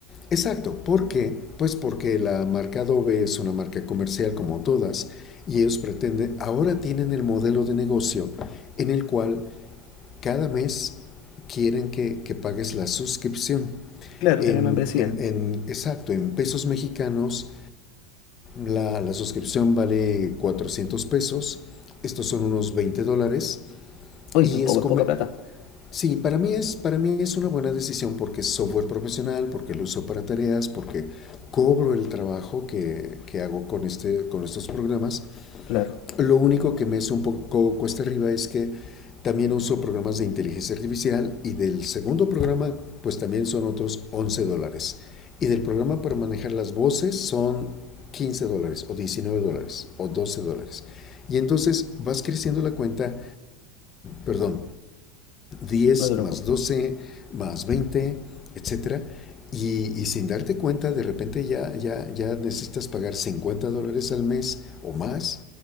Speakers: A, on the left; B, on the left.
A: Exacto, ¿por qué? Pues porque la marca Adobe es una marca comercial como todas y ellos pretenden, ahora tienen el modelo de negocio en el cual cada mes quieren que, que pagues la suscripción.
B: Claro,
A: En,
B: tiene una membresía.
A: en- en- exacto, en pesos mexicanos la, la suscripción vale 400 pesos, estos son unos veinte dólares
B: Oye,
A: y
B: tampoco
A: es come-
B: es poca plata.
A: Sí, para mí es, para mí es una buena decisión porque es software profesional, porque lo uso para tareas, porque cobro el trabajo que, que hago con, este, con estos programas.
B: Claro,
A: Lo único que me es un poco cuesta arriba es que también uso programas de inteligencia artificial y del segundo programa pues también son otros 11 dólares. Y del programa para manejar las voces son 15 dólares o 19 dólares o 12 dólares. Y entonces vas creciendo la cuenta, perdón, 10
B: no te preocupes.
A: más 12 más veinte etcétera. Y, y, sin darte cuenta, de repente ya, ya, ya necesitas pagar 50 dólares al mes o más.